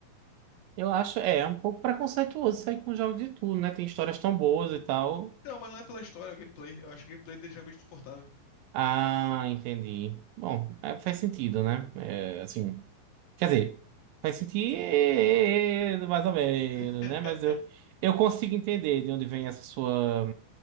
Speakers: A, on the right; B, on the left.
A: Eu acho, é, é um pouco preconceituoso sair com um jogo de tudo, né? Tem histórias tão boas e tal.
B: Então, mas não é pela história, é o gameplay. Eu acho o gameplay dele realmente suportável.
A: Ah, entendi. Bom, é, faz sentido, né? É, assim, quer dizer, faz sentido mais ou menos,
B: <laughs>
A: né? Mas eu, eu consigo entender de onde vem essa sua,